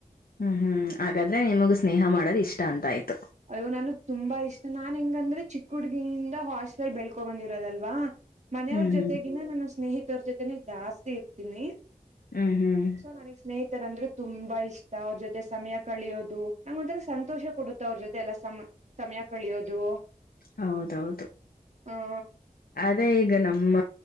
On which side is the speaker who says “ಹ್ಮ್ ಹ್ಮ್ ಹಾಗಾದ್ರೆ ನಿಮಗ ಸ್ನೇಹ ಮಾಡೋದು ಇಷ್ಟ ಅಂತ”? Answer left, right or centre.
Left